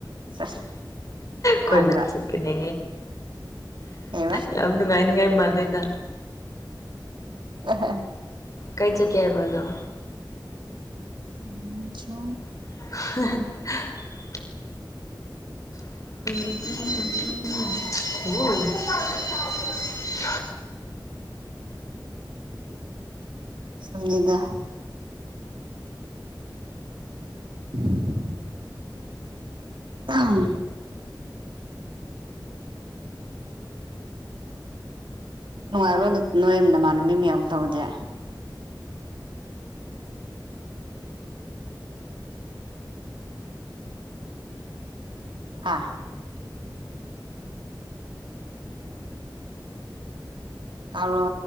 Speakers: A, on the right (about 80°); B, on the left (about 45°).
A: ꯆꯁ
B: ꯀꯣꯏ
A: ꯃꯥꯟꯕ꯭ꯔꯥ
B: ꯆꯀꯤ ꯅ
A: ꯀꯩꯕ
B: ꯌꯥꯝ ꯅꯨꯡꯉꯥꯏ ꯅꯤꯡꯉ ꯃꯔꯂꯦꯗ
A: ꯎ
B: ꯀꯩ ꯆ ꯀ ꯍꯥꯏꯕꯗꯨꯣ
A: ꯎꯝ ꯆꯣ
B: <unintelligible> ꯎꯝ ꯎꯝ ꯎꯝ ꯎꯝ ꯎ ꯎ
A: ꯁꯪꯕꯤꯗꯥ ꯎ ꯑꯥꯡ ꯅꯨꯡꯉꯥꯏꯕ꯭ꯔꯣ ꯅꯣꯏ ꯅꯃꯥꯟꯅꯕ ꯃꯤ ꯃꯌꯥꯝ ꯇꯧꯕꯁꯦ ꯑꯥ ꯑꯔꯣ